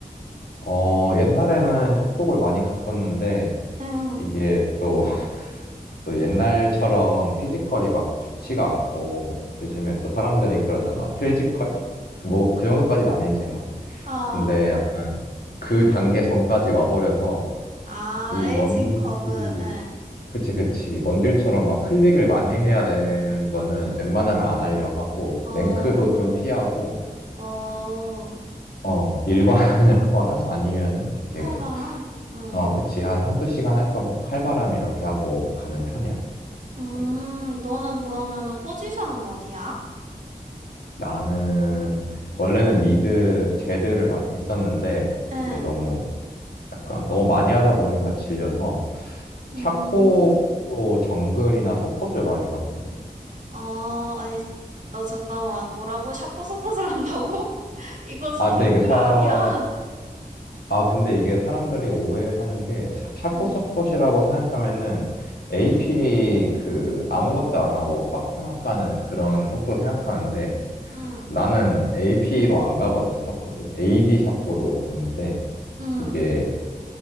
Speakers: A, on the left; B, on the right.
A: 어, 옛날에는 협곡을 많이 갔었는데
B: 응.
A: 이게 또 또 옛날처럼 피지컬이 막 좋지가 않고 요즘에 또 사람들이 그러잖아. 틀지컬? 그 뭐, 그 정도까지는 아니지만.
B: 아,
A: 근데 약간 그 단계 전까지 와버려서
B: 아,
A: 이
B: 에이징
A: 원딜,
B: 커브. 예.
A: 그치, 그치. 원딜처럼 막 클릭을 많이 해야 되는 거는 웬만하면 안 하려 하고,
B: 어,
A: 랭크도 좀 피하고,
B: 어,
A: 어, 일반을 <laughs> 하거나 아니면은 이제,
B: 칼바람? 응
A: 어, 그치. 한 한두 시간 할 거면 칼바람 이렇게 하고 가는 편이야.
B: 음,
A: 거의.
B: 너는 그러면은 포지션은 어디야?
A: 나는 원래는 미드 제드를 많이 했었는데
B: 응.
A: 이제 너무 약간 너무 많이 하다 보니까 질려서
B: 음.
A: 샤코로 정글이나 서폿을 많이 갔거든.
B: 아, 아니, 어, 잠깐만. 뭐라고? 샤코 서폿을 한다고? <laughs> 이거 순학술
A: 아 근데 이게 사
B: 아니야?
A: 아 근데 이게 사람들이 오해하는 게 샤- 샤코
B: 음,
A: 서폿이라고 생각하면은 AP
B: 음,
A: 그 아무것도 안 하고 박스만 까는 그런 서폿 생각하는데
B: 음,
A: 나는 AP로 안 가거든 서폿을 AD 샤코로 가는데
B: 음,
A: 이게